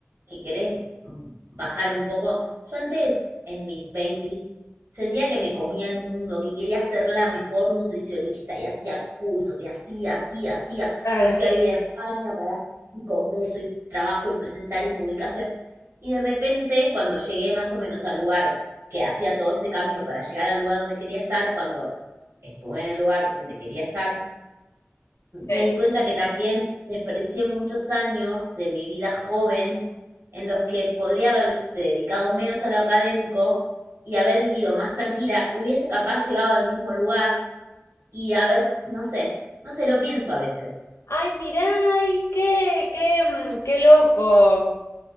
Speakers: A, on the right (about 70°); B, on the left (about 85°).
A: que querés mm, bajar un poco. Yo antes, en mis veintis, sentía que me comía el mundo, que quería ser la mejor nutricionista y hacía cursos y hacía, hacía, hacía.
B: claro.
A: Me fui a vivir a España para hacer mi congreso y trabajo y presentar y publicación. Y de repente, cuando llegué más o menos al lugar que hacía todo este camino para llegar al lugar donde quería estar, cuando estuve en el lugar donde quería estar,
B: Sí.
A: me di cuenta que también desperdicié muchos años de mi vida joven en los que podría haberle dedicado menos a lo académico y haber vivido más tranquila, hubiese capaz llegado al mismo lugar y haber, no sé, no sé, lo pienso a veces.
B: Ay, mirá, ay, qué, qué, mm, qué loco.